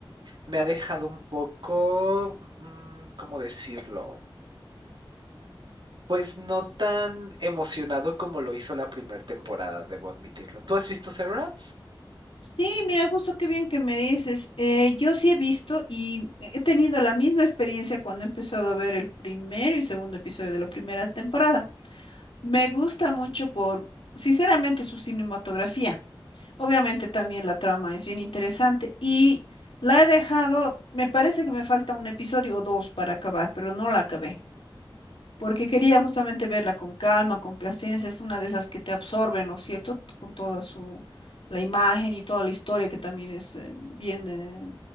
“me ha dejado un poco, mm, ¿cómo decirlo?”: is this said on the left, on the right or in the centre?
Right